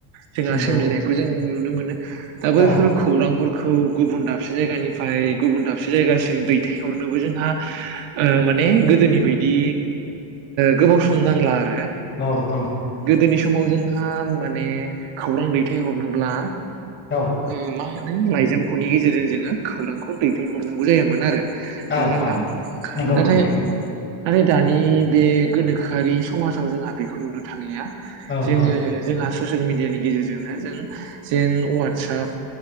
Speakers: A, on the right (about 65°); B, on the left (about 25°).
A: जोंहा
B: नंगौ
A: सोमजिनायखौ जों नुनो मोनो। दा बैफोर
B: औ
A: खौरांफोर खौ गुबुन दाबसे जायगानिफ्राय गुबुन दाबसे जायगासिम दैथायहरनोबो जोंहा ओ माने गोदोनि बायदि गोबाव ओ सम नांला आरो।
B: औ औ
A: गोदोनि समाव जोंहा माने खौरां दैथायहरनोब्ला
B: औ
A: ओ मा होन नो लाइजामख'नि गेजेरजों जोङो खौरांखौ दैथायहरनांगौ जायामोन आरो। नंगौ
B: औ
A: ना नोंथां
B: औ नंगौ
A: नाथाय
B: नंगौ
A: आरो दानि बे गोनोखोआरि समाजाव जोंहा बेखौ नुनो थांलिया। जोङो
B: औ औ
A: जोंहा ससियेल मिडियानि गेजेरजोंनो जों जेन अवात्साप